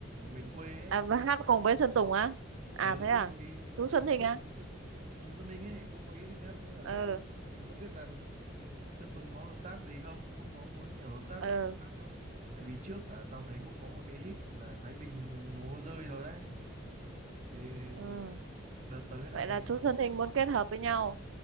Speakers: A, on the right; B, on the right.
A: miền quê ấy
B: à, và hát cùng với Sơn Tùng á à
A: ừ
B: thế à
A: cũng có ý
B: chú
A: cũng
B: Xuân
A: có
B: Thịnh
A: ý
B: á
A: định với Sơn Sơn chú Sơn Ninh ấy cũng có ý định hát với cả
B: ừ
A: Sơn Tùng thì không biết là Sơn Tùng có hợp tác gì không cũng có muốn kiểu hợp tác
B: ừ
A: hát đâu tại vì trước là tao thấy cũng có một cái hit là Thái Bình mồ hôi rơi rồi đấy thì
B: ừ
A: đợt tới này
B: vậy là chú Xuân Thịnh muốn kết hợp với nhau